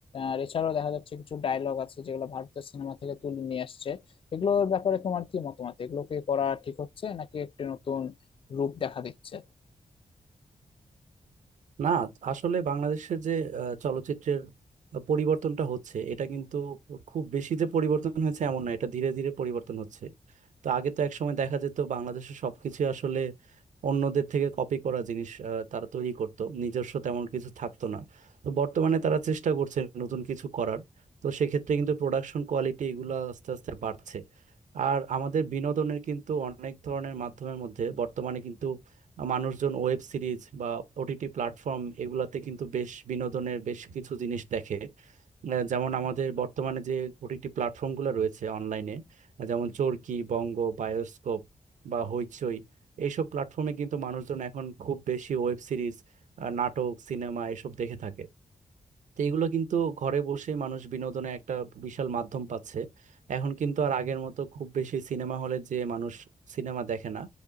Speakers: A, on the left; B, on the right.
A: আর এছাড়াও দেখা যাচ্ছে কিছু ডায়লগ আছে যেগুলো ভারতীয় সিনেমা থেকে তুলে নিয়ে আসছে এগুলোর ব্যাপারে তোমার কি মতামত এগুলোকে করা ঠিক হচ্ছে নাকি একটি নতুন রূপ দেখা দিচ্ছে
B: না আসলে বাংলাদেশের যে আহ, চলচ্চিত্রের আহ, পরিবর্তনটা হচ্ছে এটা কিন্তু খুব বেশি যে পরিবর্তন হয়েছে এমন না এটা ধীরে ধীরে পরিবর্তন হচ্ছে তো আগে তো একসময় দেখা যেত বাংলাদেশের সবকিছু আসলে অন্যদের থেকে কপি করা জিনিস আহ, তারা তৈরি করত নিজস্ব তেমন কিছু থাকতো না তো বর্তমানে তারা চেষ্টা করছে নতুন কিছু করার তো সেক্ষেত্রে কিন্তু প্রোডাকশন কোয়ালিটি এগুলো আস্তে আস্তে বাড়ছে আর আমাদের বিনোদনের কিন্তু অনেক ধরনের মাধ্যমের মধ্যে বর্তমানে কিন্তু মানুষজন ওয়েব সিরিজ বা ওটিটি প্ল্যাটফর্ম এগুলাতে কিন্তু বেশ বিনোদনের বেশ কিছু জিনিস দেখে আহ, যেমন আমাদের বর্তমানে যে ওটিটি প্ল্যাটফর্মগুলো রয়েছে অনলাইনে যেমন চরকি বঙ্গ বায়োস্কোপ বা হইচই এইসব প্ল্যাটফর্মে কিন্তু মানুষজন এখন খুব বেশি ওয়েব সিরিজ নাটক সিনেমা এসব দেখে থাকে তো এগুলো কিন্তু ঘরে বসে মানুষ বিনোদনের একটা বিশাল মাধ্যম পাচ্ছে এখন কিন্তু আর আগের মতো খুব বেশি সিনেমা হলে যে মানুষ সিনেমা দেখে না